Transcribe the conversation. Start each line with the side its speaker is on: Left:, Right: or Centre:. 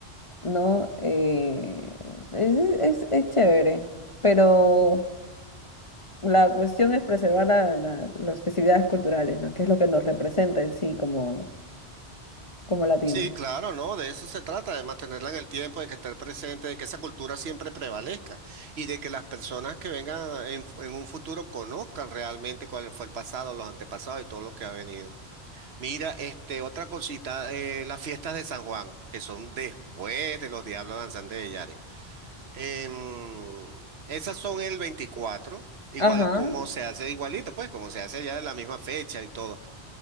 Left: ¿no? Eh, es, es- es chévere, pero la cuestión es preservar la- la- las festividades culturales, ¿no? Que es lo que nos representa en sí como, como latinos.
Right: Sí, claro, ¿no? De eso se trata, de mantenerla en el tiempo, de que esté presente, de que esa cultura siempre prevalezca y de que las personas que vengan en, en un futuro conozcan realmente cuál fue el pasado, los antepasados y todo lo que ha venido. Mira, este, otra cosita, eh, las fiestas de San Juan, que son después de los Diablos Danzantes de Yare. Em, esas son el 24, igual
Left: Ajá,
Right: como se hace, igualito, pues como se hace ya en la misma fecha y todo.